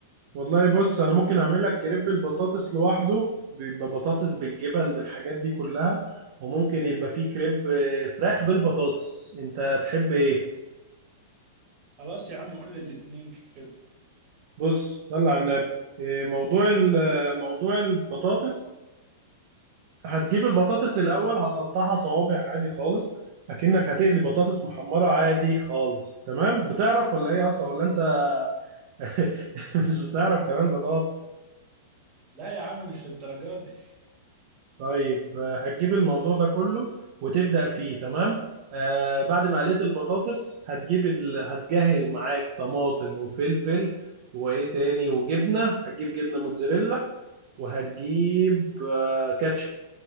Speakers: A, on the right; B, on the right.
A: والله بص انا ممكن اعمل لك كريب البطاطس لوحده بيبقى بطاطس بالجبن بالحاجات دي كلها وممكن يبقى فيه كريب آه، فراخ بالبطاطس انت تحب ايه
B: خلاص يا عم قول لي الاتنين كده
A: بص صلي على النبي إيه، موضوع ال- آه، موضوع البطاطس هتجيب البطاطس الأول هتقطعها صوابع عادي خالص أكنك هتقلي بطاطس محمرة عادي خالص تمام بتعرف ولا إيه أصلا ولا أنت <laughs> مش بتعرف كمان بطاطس
B: لا يا عم مش للدرجة دي
A: طيب آه، هتجيب الموضوع ده كله وتبدأ فيه تمام آه بعد ما قليت البطاطس هتجيب ال... هتجهز معاك طماطم وفلفل وإيه تاني وجبنة هتجيب جبنة موتزاريلا وهتجيب آه كاتشب